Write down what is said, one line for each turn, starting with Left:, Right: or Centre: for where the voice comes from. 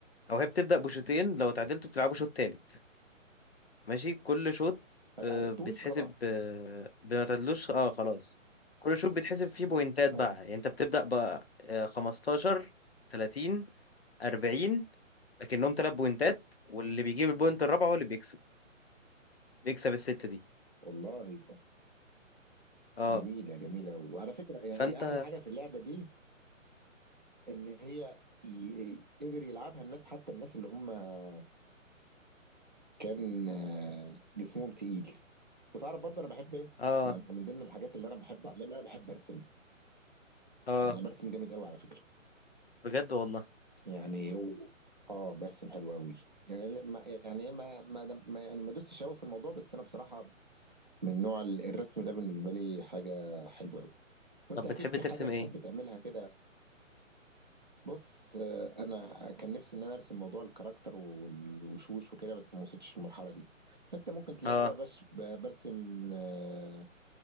Left: او هي بتبدأ بشوطين لو تعادلتوا بتلعبوا شوط تالت ماشي كل شوط
Right: ما
Left: أه
Right: تعادلتوش
Left: بيتحسب
Right: خلاص
Left: أه بما تعادلوش اه خلاص كل شوط بيتحسب فيه بوينتات بقى
Right: اه
Left: يعني انت بتبدأ بقى أه 15 30 40 لكنهم ثلاث بوينتات واللي بيجيب البوينت الرابعة هو اللي بيكسب بيكسب الست دي
Right: والله
Left: اه
Right: جميله جميله قوي وعلى فكره هي
Left: فانت
Right: هي احلى حاجه في اللعبه دي ان هي ي- قدر يلعبها الناس حتى الناس اللي هم آه، كان آه، جسمهم تقيل وتعرف برضه انا بحب ايه
Left: اه
Right: يعني من ضمن الحاجات اللي انا بحب اعملها بحب ارسم
Left: اه
Right: انا برسم جامد قوي على فكره
Left: بجد والله
Right: يعني و... اه برسم حلو قوي يعني لا- ما يعني ايه ما ما, دم- ما يعني ما دوستش قوي في الموضوع بس انا بصراحه من نوع ال- الرسم ده بالنسبه لي حاجه حلوه قوي وانت
Left: طب
Right: اكيد
Left: بتحب
Right: في
Left: ترسم
Right: حاجه بتحب
Left: ايه
Right: تعملها كده بص آه، انا كان نفسي ان انا ارسم موضوع الكاركتر والوشوش وكده بس ما وصلتش للمرحله دي فانت ممكن تلاقيني
Left: اه
Right: بقى بش ب- برسم آه،